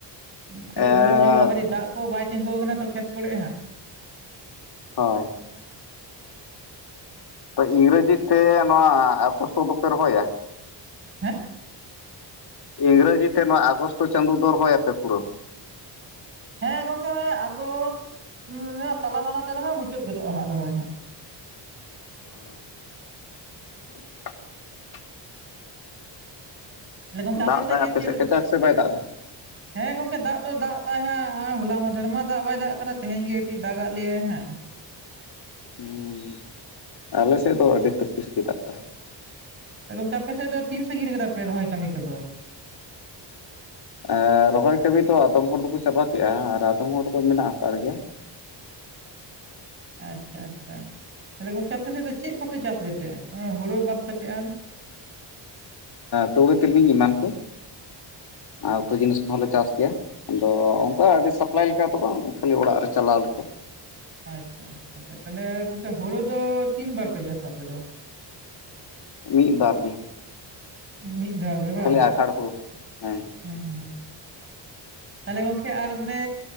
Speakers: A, on the left (about 60°); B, on the right (about 30°).
A: <inaudible>
B: ᱠᱟᱹᱴᱤᱡ
A: ᱮᱸᱜ
B: ᱵᱤᱞᱚᱢ ᱧᱚᱜᱚᱜᱼᱟ ᱠᱟᱹᱴᱤᱡ ᱫᱟᱜ ᱠᱚ ᱵᱟᱭ ᱛᱤᱸᱜᱩ ᱟᱠᱟᱱᱟ ᱛᱚ ᱠᱷᱮᱛ ᱠᱚᱨᱮ ᱦᱟᱸᱜ᱾
A: ᱦᱳᱭ ᱛᱚ ᱤᱝᱨᱮᱡᱤ ᱛᱮ ᱱᱚᱣᱟ ᱟᱜᱚᱥᱴᱚ ᱫᱚᱯᱮ ᱨᱚᱦᱚᱭᱟ-ᱟ
B: ᱦᱮᱸ
A: ᱤᱝᱨᱮᱡᱤ ᱛᱮ ᱱᱚᱣᱟ ᱟᱜᱚᱥᱴᱚ ᱪᱟᱸᱫᱚ ᱫᱚ ᱨᱚᱦᱚᱭᱟᱯᱮ ᱯᱩᱨᱟᱹ
B: ᱦᱮᱸ ᱜᱚᱢᱠᱮ ᱢᱟᱱᱮ ᱟᱜᱚᱥ <inaudible> ᱛᱟᱞᱟ ᱢᱟᱞᱟ ᱛᱮ ᱨᱮᱦᱚᱸ ᱢᱩᱪᱟᱹᱫ ᱜᱚᱫᱚᱜᱼᱟ ᱦᱟᱸᱜ ᱨᱚᱦᱚᱭ ᱦᱚᱸ
A: <inaudible>
B: ᱪᱮᱞᱮ ᱜᱚᱝᱠᱮ
A: ᱫᱟᱜ
B: ᱟᱯᱮ ᱥᱮᱫ
A: ᱫᱟᱭ
B: ᱜᱮ ᱪᱮᱞ
A: ᱠᱟᱡᱟᱠ
B: <inaudible>
A: ᱥᱮ ᱵᱟᱭ ᱫᱟᱜ ᱮᱫᱟ?
B: ᱦᱮᱸ ᱜᱚᱢᱠᱮ ᱫᱟᱜ ᱫᱚ ᱫᱟᱜ ᱫᱟᱭ ᱦᱟᱜ ᱦᱚᱞᱟ ᱢᱟᱫᱷᱮᱨ ᱢᱟ ᱫᱟᱜ ᱵᱟᱭ ᱫᱟᱜ ᱟᱠᱟᱫᱟ ᱛᱮᱦᱮᱧ ᱜᱮ ᱠᱟᱹᱴᱤᱡ ᱫᱟᱜ ᱟᱜ ᱞᱮᱭᱟᱭ ᱦᱟᱸᱜ᱾
A: ᱦᱩᱸ ᱟᱞᱮᱥᱮᱫ ᱫᱚ ᱟᱹᱰᱤ ᱛᱟᱹᱯᱤᱥ ᱜᱮ ᱫᱟᱜ ᱫᱟ
B: ᱮ ᱜᱚᱝᱠᱮ ᱟᱯᱮ ᱥᱮᱫ ᱫᱚ ᱛᱤᱱ ᱥᱟᱺᱜᱤᱨ ᱠᱮᱫᱟ ᱯᱮ ᱨᱚᱦᱚᱭ ᱠᱟᱹᱢᱤ ᱠᱚᱫᱚ?
A: <unintelligible> ᱨᱚᱦᱚᱭ ᱠᱟᱹᱢᱤ ᱫᱚ ᱟᱫᱚᱢ ᱦᱚᱲ ᱫᱚᱠᱚ ᱪᱟᱵᱟ ᱠᱮᱜᱼᱟ ᱟᱨ ᱟᱫᱚᱢ ᱦᱚᱲ ᱫᱚ ᱢᱮᱱᱟᱜ ᱦᱟᱛᱟᱲ ᱜᱮᱭᱟ᱾
B: ᱟᱪᱪᱷᱟ ᱟᱪᱪᱷᱟ <inaudible> ᱛᱟᱦᱚᱞᱮ ᱜᱚᱝᱠᱮ ᱟᱯᱮ ᱥᱮᱫ ᱫᱚ ᱪᱮᱫ ᱠᱚᱯᱮ ᱪᱟᱥ ᱜᱟᱛᱮᱜᱼᱟ ᱦᱩᱲᱩ ᱵᱟᱫ ᱠᱟᱛᱮ ᱟᱨ?
A: ᱛᱩᱲᱤ ᱛᱤᱞᱢᱤᱧ ᱮᱢᱟᱱ ᱠᱚ <inaudible> ᱟᱨ ᱩᱛᱩ ᱡᱤᱱᱤᱥ ᱠᱚᱦᱚᱸᱞᱮ ᱪᱟᱥ ᱜᱮᱭᱟ᱾ ᱟᱫᱚ ᱚᱱᱠᱟ ᱟᱹᱰᱤ ᱥᱟᱯᱞᱟᱭ ᱞᱮᱠᱟ ᱫᱚ ᱵᱟᱝ ᱠᱷᱟᱹᱞᱤ ᱚᱲᱟᱜ ᱨᱮ ᱪᱟᱞᱟᱣ ᱞᱮᱠᱟ᱾
B: ᱟᱪᱪᱷᱟ ᱟᱪᱪᱷᱟ ᱛᱟᱦᱞᱮ ᱜᱚᱝᱠᱮ ᱦᱩᱲᱩ ᱫᱚ ᱛᱤᱱ ᱵᱟᱨ ᱯᱮ ᱪᱟᱥᱟ ᱟᱯᱮ ᱫᱚ?
A: <inaudible> ᱢᱤᱫ ᱵᱟᱨ ᱜᱮ
B: ᱢᱤᱫ ᱫᱷᱟᱣ ᱜᱮ ᱵᱟᱝ
A: ᱠᱷᱟᱹᱞᱤ ᱟᱸᱜᱷᱟᱲ ᱦᱩᱲᱩ
B: <inaudible>
A: ᱦᱮᱸ
B: ᱦᱢ ᱦᱢ ᱛᱟᱦᱞᱮ ᱜᱚᱝᱠᱮ ᱟᱨ ᱢᱟᱱᱮ